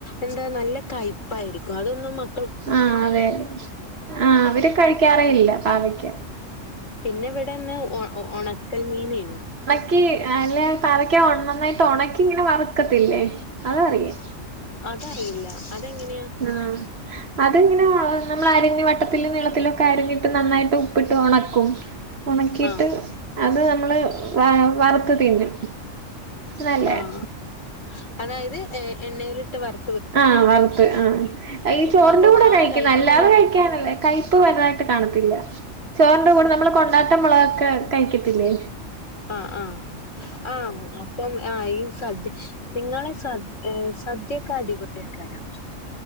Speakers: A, on the left (about 70°); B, on the right (about 55°).
A: എന്താ നല്ല കയ്പ്പായിരിക്കും അതൊന്നും മക്ക
B: ആഹ് അതെ ആഹ് അവര് കഴിക്കാറേയില്ല പാവയ്ക്ക
A: പിന്നെ ഇവിടെഇന്ന് ഉണക്കൽ മീനേരുന്നു
B: ക്ക് അല്ല പാവയ്ക്ക നന്നായിട്ട് ഉണക്കി ഇങ്ങനെ വറുക്കത്തില്ലേ അത് അറിയാം
A: അതറിയില്ല അതെങ്ങനെയാ
B: ആഹ് അതിങ്ങനെ നമ്മളരിഞ്ഞു വട്ടത്തിലും നീളത്തിലൊക്കെ അരിഞ്ഞിട്ട് നന്നായിട്ട് ഉപ്പിട്ട് ഒണക്കും ഉണക്കിട്ട്
A: ആഹ്
B: അത് നമ്മള് വ വറുത്ത തിന്നും നല്ലയാ
A: ആഹ് അതായത് എണ്ണയിലിട്ട് വറു
B: ആഹ് വറുത്ത് ആ ഈ ചോറിന്റെ
A: അപ്പൊ
B: കൂടെ
A: ആ
B: കഴിക്കുന്ന
A: കയ്പ്പങ്
B: അല്ലാതെ <unintelligible> <unintelligible> കൈപ്പ് വലുതായിട്ട് കാണത്തില്ല ചോറിന്റെ കൂടെ നമ്മൾ കൊണ്ടാട്ടം മുളകൊക്കെ കഴിക്കത്തില്ലേ
A: ആഹ് ആഹ് ആഹ് ആഹ് ഇപ്പം ആ ഈ സദ്യ നിങ്ങളെ സദ്യ സദ്യക്കെ അടിപൊളി <unintelligible>